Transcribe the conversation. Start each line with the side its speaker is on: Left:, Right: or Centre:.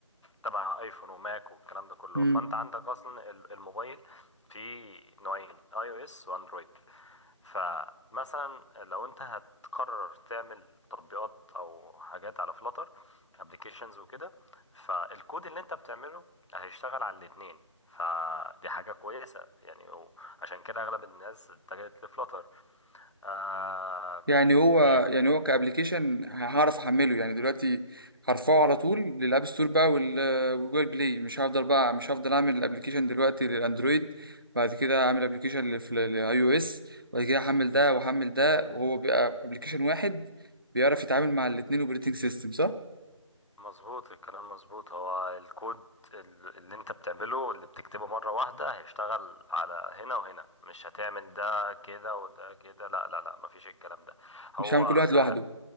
Left: تبع ايفون وماك والكلام ده كله
Right: مم.
Left: فانت عندك اصلا ال- الموبايل فيه نوعين اي او اس واندرويد فمثلا لو انت هتقرر تعمل تطبيقات او حاجات على فلاتر ابلكيشنز وكده فالكود اللي انت بتعمله هيشتغل على الاتنين فدي حاجة كويسة يعني و- عشان كده اغلب الناس اتجهت لفلاتر آه
Right: يعني هو
Left: في
Right: يعني هو كأبليكيشن هعرف أحمله يعني دلوقتي هرفعه على طول للأب ستور بقى وال- والجوجل بلاي مش هفضل بقى مش هفضل أعمل الأبليكيشن دلوقتي للأندرويد بعد كده أعمل أبليكيشن للأي أو إس بعد كده أحمل ده وأحمل ده وهو بيبقى أبليكيشن واحد بيعرف يتعامل مع الاتنين أوبريتنج سيستم صح؟
Left: مظبوط الكلام مظبوط هو الكود ال- اللي انت بتعمله اللي بتكتبه مرة واحدة هيشتغل على هنا وهنا مش هتعمل ده كده وده كده لا لا لا مفيش الكلام ده هو
Right: مش هعمل كل واحد
Left: آه،
Right: لوحده